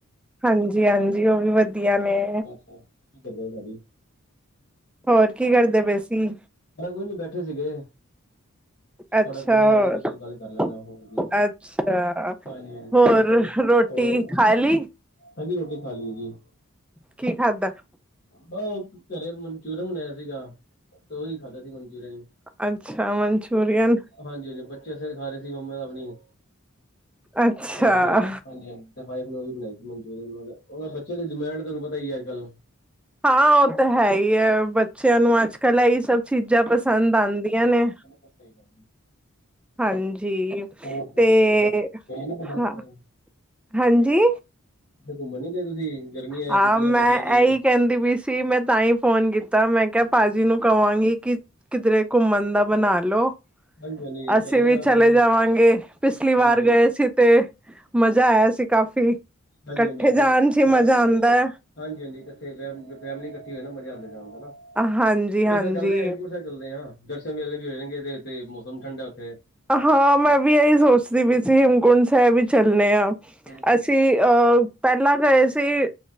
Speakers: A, in the centre; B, on the left.
A: ਹਾਂਜੀ -ਹਾਂਜੀ, ਉਹ ਵੀ ਵਧੀਆ ਨੇ।
B: ਹੋ-ਹੋ ਕੀ ਕਰਦੇ ਹੋ ਭਾਜੀ
A: ਹੋਰ ਕੀ ਕਰਦੇ ਪਏ ਸੀ?
B: ਅ' ਕੁ ਬੈਠੇ ਸੀਗੇ
A: ਅੱਛਾ
B: ਤੁਹਾਡੇ ਕੋਲ ਹੀ
A: ਹੋਰ-
B: ਆ ਗਈ ਮੈਂ ਚਲ ਗੱਲ ਕਰ ਲੈਂਦਾ ਹੋਰ ਕੀ
A: ਅੱਛਾ
B: ਹਾਂਜੀ ਹਾਂਜੀ
A: ਹੋਰ।
B: ਬਸ
A: ਰੋਟੀ
B: ਹੋਰ
A: ਖਾ ਲਈ।
B: ਹਾਂਜੀ, ਰੋਟੀ ਖਾ ਲਈ ਜੀ
A: ਕੀ ਖਾਧਾ?
B: ਬਸ, ਘਰੇ ਮਨਚੂਰੀਅਨ ਬਣਾਇਆ ਸੀਗਾ ਉਹੀ ਖਾਧਾ ਸੀ ਮਨਚੂਰੀਅਨ
A: ਅੱਛਾ ਮਨਚੂਰੀਅਨ
B: ਹਾਂਜੀ-ਹਾਂਜੀ ਬੱਚੇ ਸਿਰ ਖਾ ਰਹੇ ਸੀ ਮੰਮਾ ਦਾ ਆਪਣੀ,
A: ਅੱਛਾ
B: ਤੇ ਹਾਂਜੀ- ਹਾਂਜੀ ਵਾਈਫ ਨੇ ਬਣਾਏ ਸੀ ਮਨਚੂਰੀਅਨ ਬੱਚਿਆ ਦੀ ਡਿਮਾਂਡ ਤੁਹਾਨੂੰ ਪਤਾ ਈ ਐ, ਅਜ - ਕੱਲ।
A: ਹਾਂ ਉਹ ਤਾਂ ਹੈ ਹੀ ਹੈ, ਬੱਚਿਆਂ ਨੂੰ ਅੱਜ- ਕੱਲ ਇਹੀ ਸਭ ਚੀਜ਼ਾਂ ਪਸੰਦ ਆਉਂਦੀਆਂ ਨੇ
B: ਤਾਂ ਸਹੀ ਗੱਲ ਹੈ।
A: ਹਾਂਜੀ,
B: ਹੋਰ ਸੁਣਾਓ
A: ਤੇ'
B: ਤੁਸੀਂ ਗਏ ਗਏ ਨੀ ਘੁੰਮਣ
A: ਹਾਂ
B: ਕਿਤੇ
A: ਹਾਂਜੀ
B: ਕਿਤੇ ਘੁੰਮਣ ਨੀ ਗਏ ਤੁਸੀਂ, ਗਰਮੀਆਂ
A: ਹਾਂ
B: ਆ, ਛੁੱਟੀਆਂ
A: ਮੈਂ
B: ਬੱਚਿਆਂ ਦੀ
A: ਇਹੀ ਕਹਿੰਦੀ ਵੀ ਸੀ, ਮੈਂ ਤਾਂ ਹੀ ਫੋਨ ਕੀਤਾ, ਮੈਂ ਕਿਹਾ ਭਾਜੀ ਨੂੰ ਕਹਾਂਗੀ ਕਿ ਕਿਧਰੇ ਘੁੰਮਣ ਦਾ ਮਨਾ ਲਓ।
B: ਹਾਂਜੀ ਹਾਂਜੀ
A: ਅਸੀਂ
B: ਚੱਲਣੇ
A: ਵੀ
B: ਆ ਕੋਈ
A: ਚਲੇ
B: ਨੀ
A: ਜਾਵਾਂਗੇ, ਪਿਛਲੀ
B: ਹਾਂਜੀ
A: ਵਾਰ ਗਏ
B: ਹਾਂਜੀ
A: ਸੀ ਤੇ' ਮਜ਼ਾ ਆਇਆ ਸੀ ਕਾਫ਼ੀ ਇਕੱਠੇ
B: ਹਾਂਜੀ-ਹਾਂਜੀ ਬਹੁਤ,
A: ਜਾਣ ਚ ਹੀ
B: ਹਾਂਜੀ-ਹਾਂਜੀ-ਹਾਂਜੀ
A: ਮਜ਼ਾ ਆਉਂਦਾ ਹੈ
B: ਇਕੱਠੇ ਫੈਮਲੀ ਇਕੱਠੀ ਹਨਾ, ਮਜ਼ਾ ਆਉਂਦਾ ਜਾਣ ਹਨਾ,
A: ਹਾਂਜੀ ਹਾਂਜੀ
B: ਇਸ ਵਾਰ ਚੱਲਦੇ ਹੇਮਕਟ ਸਾਹਿਬ। ਚੱਲਦੇ ਹਾਂ, ਦਰਸ਼ਨ ਵੇਲੇ ਵੀ ਹੋ ਜਾਣਗੇ ਤੇ' ਇੱਥੇ ਮੌਸਮ ਠੰਡਾ ਉੱਥੇ
A: ਹਾਂ ਮੈਂ ਵੀ ਇਹੀ ਸੋਚਦੀ ਵੀ ਅਸੀਂ, ਹੇਮਕੁੰਟ ਸਾਹਿਬ ਹੀ ਚੱਲੇ ਹਾਂ,
B: ਹਾਂਜੀ
A: ਅਸੀਂ। ਅ ਪਹਿਲਾ ਗਏ ਸੀ,